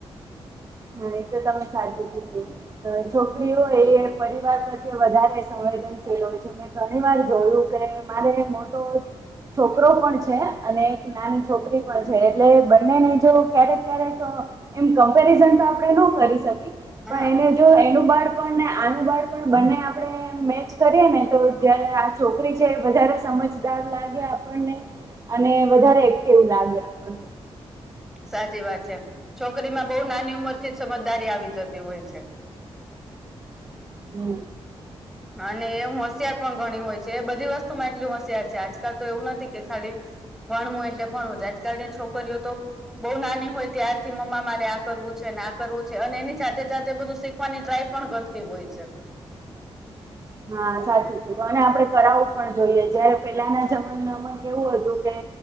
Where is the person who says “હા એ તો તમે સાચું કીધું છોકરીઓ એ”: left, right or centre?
Right